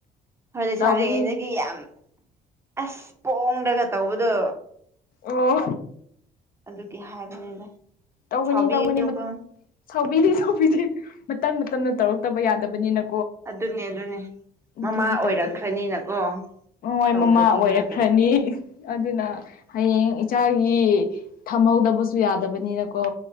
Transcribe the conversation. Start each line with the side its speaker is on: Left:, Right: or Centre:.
Right: ꯍꯣꯏ ꯂꯩꯁꯔꯤꯉꯩꯗꯗꯤ
Left: ꯇꯧꯒꯅꯤ
Right: ꯌꯥꯝ ꯑꯁ ꯄꯣꯡꯔꯒ ꯇꯧꯕꯗꯣ
Left: ꯑꯣ
Right: ꯑꯗꯨꯒꯤ ꯍꯥꯏꯕꯅꯤꯗ
Left: ꯇꯧꯒꯅꯤ
Right: ꯁꯥꯎꯕꯤꯒꯅꯨꯀꯣ
Left: ꯇꯧꯒꯅꯤ ꯁꯥꯎꯕꯤꯗꯤ ꯁꯥꯎꯕꯤꯗ ꯃꯇꯝ ꯃꯇꯝꯅ ꯇꯧꯔꯛꯇꯕ ꯌꯥꯗꯕꯅꯤꯅ
Right: ꯑꯗꯨꯅꯦ ꯑꯗꯨꯅꯦ
Left: ꯑꯗꯨꯒꯤ
Right: ꯃꯃꯥ ꯑꯣꯏꯔꯛꯈ꯭ꯔꯅꯤꯅꯀꯣ
Left: ꯇꯧꯗꯕ ꯍꯣꯏ
Right: ꯇꯧꯗ꯭ꯔꯗꯤ
Left: ꯃꯃꯥ ꯑꯣꯏꯔꯛꯈ꯭ꯔꯅꯤ
Right: ꯌꯥꯗꯕ
Left: ꯑꯗꯨꯅ ꯍꯌꯦꯡ ꯏꯆꯥꯒꯤ ꯊꯝꯍꯧꯗꯕꯁꯨ ꯌꯥꯗꯕꯅꯤꯅꯀꯣ